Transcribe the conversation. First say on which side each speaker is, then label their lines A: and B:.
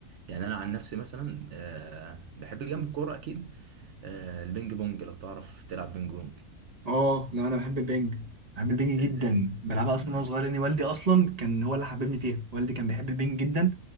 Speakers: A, on the right; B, on the right.
A: يعني انا عن نفسي مثلا آه، بحب جنب الكوره اكيد آه، البينج بونج لو تعرف تلعب بينج بونج
B: اه لا انا بحب البنج بحب البنج
A: ال-
B: جدا بلعبها اصلا
A: مم،
B: وانا صغير لان والدي اصلا كان هو اللي حببني فيها والدي كان بيحب البنج جدا